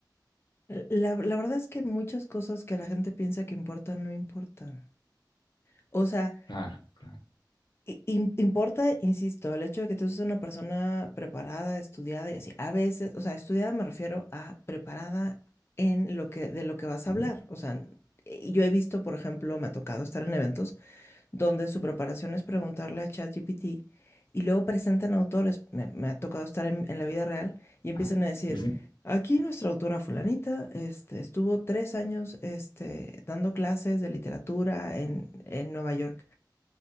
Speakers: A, on the left; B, on the left.
A: La, la verdad es que muchas cosas que la gente piensa que importan no importan. O sea,
B: Claro, claro.
A: i- im- importa, insisto, el hecho de que tú seas una persona preparada, estudiada y así. A veces, o sea, estudiada me refiero a preparada en lo que, de lo que vas
B: Ujú,
A: a hablar. O sea, y yo he visto, por ejemplo, me ha tocado estar en eventos donde su preparación es preguntarle a ChatGPT y luego presentan autores. Me, me ha tocado estar en, en la vida real y empiezan
B: Ajá.
A: a decir,
B: Sí, sí.
A: aquí nuestra autora fulanita, este, estuvo tres años, este, dando clases de literatura en en Nueva York.